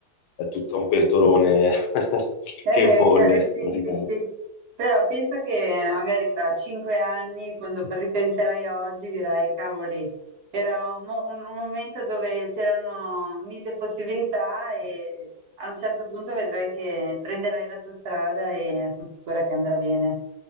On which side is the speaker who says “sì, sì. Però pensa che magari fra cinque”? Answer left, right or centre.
Right